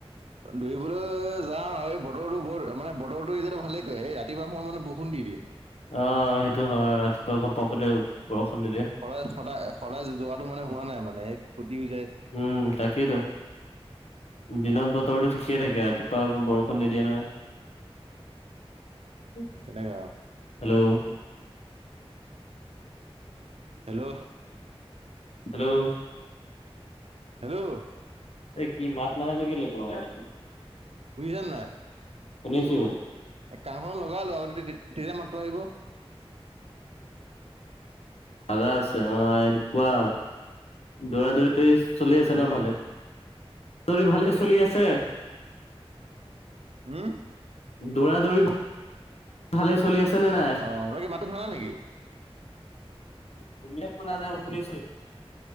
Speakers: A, on the right; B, on the left.
A: দৌৰিবলৈ যাওঁ, এই বতৰটো বহুত মানে বতৰটো এতিয়া ভালে কৰে, এই ৰাতি পুৱা সময়ত মানে বৰষুণ দি দিয়ে।
B: অ' সেইটো হয়, ৰাতিপুৱা ঘপকে বৰষুণ দি দিয়ে।
A: শৰাইত সদায় শৰাই যোৱাটো মানে হোৱা নাই মানে এই সটি হৈ যায়।
B: উম তাকেইতো, দিনত বতৰটো ঠিকে থাকে ৰাতি পা আকৌ বৰষুণ নিদিয়ে না, <unintelligible>
A: তেনেকা আৰু
B: হেল্ল'?
A: হেল্ল'?
B: হেল্ল'?
A: হেল্ল'?
B: এই কি মাত মানে যে গেলে <unintelligible>
A: শুনিছানে নাই?
B: শুনিছো।
A: এ কাণখনত লগাই লোৱা আগতে তে তে তেতিয়া মাতটো আহিব।
B: ভাগা আছে অ এনেকুৱা, দৌৰা - দৌৰি চলি
A: হেল্ল'
B: ন ভালে? দৰি ভালে চলি আছে?
A: হুম?
B: দৌৰা দৌৰি ভালে চলি আছে নে নাই?
A: অ তই কি মাতটো শুনা নাই নেকি?
B: তুমিয়ে শুনা নাই মই শুনিছো।